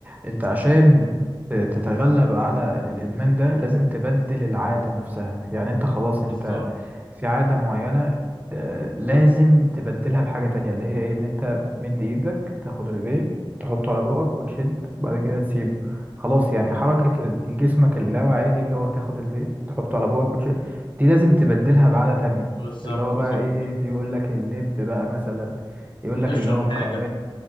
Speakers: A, on the right; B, on the left.
A: انت عشان ت- تتغلب على الادمان ده لازم تبدل العاده نفسها يعني انت خلاص انت
B: بالظبط
A: في عادة معينة آه، لازم تبدلها بحاجة تانية اللي هي ايه ان انت بتمد ايدك تاخد الفيب تحطه على بقك وتشد بعد كده تسيبه خلاص يعني حركة ال- جسمك اللاواعية دي اللي هو تاخد الفيب تحطه على بقك وتشد دي لازم تبدلها بعادة تانية
B: بالظبط
A: اللي هو بقى
B: صح
A: ايه
B: صح.
A: في يقول لك اللب بقى مثلا يقول لك
B: اشرب
A: اللي هو
B: حاجه
A: الكراميل